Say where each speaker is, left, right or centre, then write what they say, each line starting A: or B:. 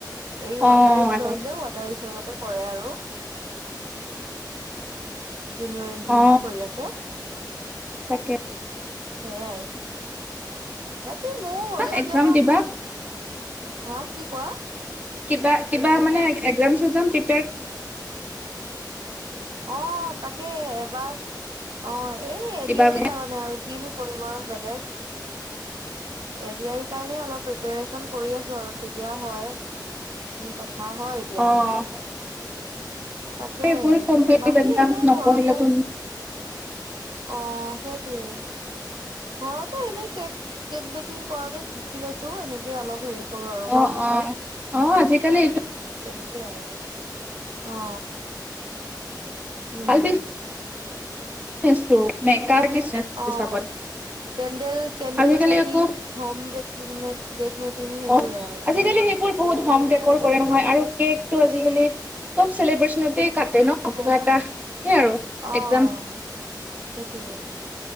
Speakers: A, on the right (about 85°); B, on the right (about 20°).
A: এই
B: অ
A: ৱাটাৰ ৰিচৰ্চে
B: আচ্ছা।
A: ৱাটাৰ ৰিচৰ্চতে কৰে আৰু। জুনিয়ৰ ইঞ্জিনিয়াৰ
B: অ
A: কৰি আছে,
B: তাকে
A: সেয়াই। বাকী ময় হলেও
B: এক্সাম
A: দিয়াচোন
B: দিবা
A: হা কি কোৱা।
B: কিবা কিবা মানে একজাম চেকজাম প্ৰিপাৰ
A: অ, তাকে এবাৰ অ' এই এ
B: দিবা
A: দি আৰ
B: মানে?
A: ই কাৰণে আৰু কিনো কৰিম আৰু বেলেগ। এ ডি আৰ ই কাৰণে অলপ প্ৰিপাৰেচন কৰি আছো আৰু কেতিয়া হয় কি কথা। হয় হয় এতিয়া
B: অ
A: তাকে,
B: এইবোৰ কম্পিটিভ
A: বাকী
B: এক্সাম
A: এনেই
B: নপঢ়িলেতো
A: ঘৰতে। অ, সেইটোৱে। ঘৰতে এনেই কেক কেক বেকিং কৰাটো শিকি লৈছো এনেকে অলপ হেৰি কৰো আৰু
B: অ
A: হোম বেকাৰ।
B: অ অ, আজিকালি এইটো
A: তেনেকেই আৰু অ' উম।
B: ভাল <unintelligible>
A: অ,
B: হিচাপত
A: কেণ্ডেল কেণ্ডেল
B: আজিকালি
A: মেকিং
B: আকৌ
A: হোম বেকিং মানে। কেক মেকিং সেইবোৰে
B: অ
A: আৰু
B: আজিকালি বহুত হম ডেক'ৰ কৰে নহয় আৰু কেক টো আজিকালি চব চেলিব্ৰেচনতে কাটে ন'
A: অ',
B: কিবা এটা, এইয়া আৰু
A: অ',
B: একজাম
A: সেইটোৱে